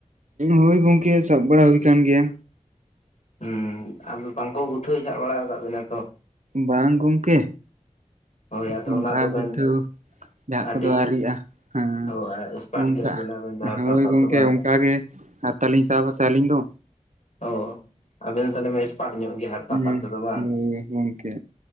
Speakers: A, on the right (about 70°); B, on the left (about 60°).
A: ᱦᱳᱭ ᱜᱚᱝᱠᱮ ᱥᱟᱵ ᱵᱟᱲᱟ ᱦᱩᱭ ᱠᱟᱱ ᱜᱮᱭᱟ᱾
B: ᱦᱚᱸ ᱟᱫᱚ ᱵᱟᱝᱠᱚ ᱜᱩᱛᱷᱟᱹᱣ ᱡᱷᱟᱜ ᱵᱟᱲᱟ ᱟᱠᱟᱫ ᱵᱤᱱᱟ ᱛᱚ?
A: ᱵᱟᱝ ᱜᱚᱝᱠᱮ
B: ᱦᱳᱭ ᱟᱫᱚ
A: ᱱᱚᱝᱠᱟ
B: ᱚᱱᱟ ᱫᱚᱵᱮᱱ
A: ᱜᱩᱛᱷᱟᱹᱣ ᱡᱟᱦᱟᱸ
B: ᱟᱹᱰᱤ
A: ᱠᱚᱫᱚ ᱟᱣᱨᱤᱜᱼᱟ ᱦᱮᱸ
B: ᱦᱳᱭ ᱮᱥᱯᱟᱴ
A: ᱚᱱᱠᱟ
B: ᱜᱮᱭᱟᱵᱮᱱ ᱟᱵᱮᱱ ᱫᱚ ᱦᱟᱨᱛᱟ
A: ᱦᱳᱭ
B: ᱥᱟᱵ
A: ᱜᱚᱝᱠᱮ
B: ᱫᱚ ᱵᱟᱝ
A: ᱚᱱᱠᱟ ᱜᱮ ᱦᱟᱨᱛᱟ ᱞᱤᱧ ᱥᱟᱵᱽ ᱟᱥᱮ ᱟᱹᱞᱤᱧ ᱫᱚ
B: ᱚ ᱟᱵᱮᱱ ᱫᱚ ᱛᱟᱦᱚᱞᱮ ᱮᱠᱥᱯᱟᱨᱴ ᱧᱚᱜ ᱜᱮᱭᱟ ᱦᱟᱨᱛᱟ
A: ᱦᱮᱸ
B: ᱥᱟᱵ ᱨᱮᱫᱚ ᱵᱟᱝ
A: ᱦᱳᱭ ᱜᱚᱝᱠᱮ